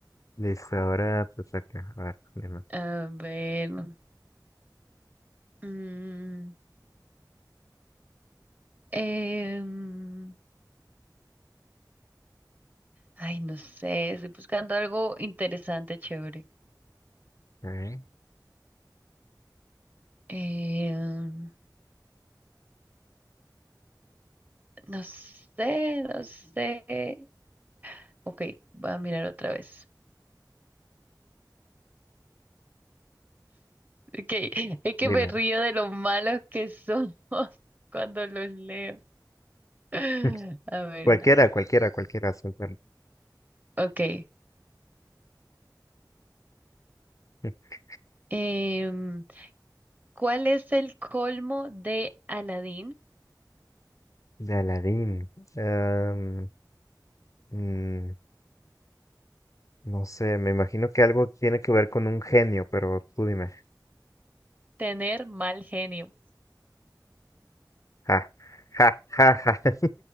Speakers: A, on the left; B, on the right.
A: Listo, ahora te toca. A ver, dime.
B: A ver. mm, em, ay, no sé, estoy buscando algo interesante, chévere.
A: Ok.
B: Em, no sé, no sé. Ok, voy a mirar otra vez. Ok, <laughs> es que
A: Dime.
B: me río de lo malos que somos <laughs> cuando los leo. <laughs>
A: <laughs>
B: A ver,
A: Cualquiera, cualquiera, cualquiera, suéltalo.
B: ok.
A: <laughs>
B: Em, ¿cuál es el colmo de Aladín?
A: De Aladín. Am, mm, no sé, me imagino que algo tiene que ver con un genio, pero tú dime.
B: Tener mal genio.
A: Ja, ja, ja, ja,